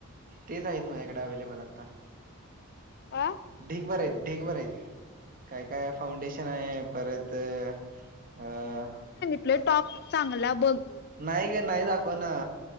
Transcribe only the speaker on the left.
आ.
आपले टॉप चांगला बघं.